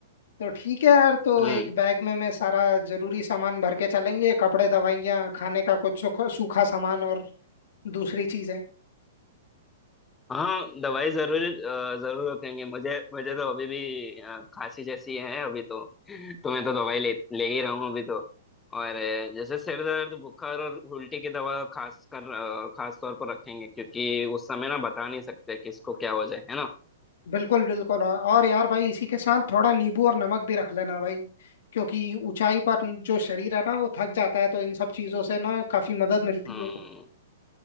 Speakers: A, on the left (about 65°); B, on the left (about 15°).
A: तो ठीक है यार तो
B: हम्म
A: एक बैग में मैं सारा जरूरी सामान भर के चलेंगे कपड़े दवाइयाँ खाने का कुछ सूखा सूखा सामान और दूसरी चीजें
B: हाँ दवाई जरूर अ, जरूर रखेंगे मुझे मुझे तो अभी भी अ, खांसी जैसी है अभी तो <laughs> तो मैं तो दवाई ले ले ही रहा हूँ अभी तो और अ, जैसे सिर दर्द बुखार और उल्टी की दवा खास कर अ, खास तौर पर रखेंगे क्योंकि उस समय ना बता नहीं सकते किसको क्या हो जाए है ना
A: बिल्कुल बिल्कुल हाँ। और यार भाई इसी के साथ थोड़ा नींबू और नमक भी रख लेना भाई क्योंकि ऊंचाई पर जो शरीर है ना वो थक जाता है तो इन सब चीजों से ना काफी मदद मिलती
B: हम्म
A: है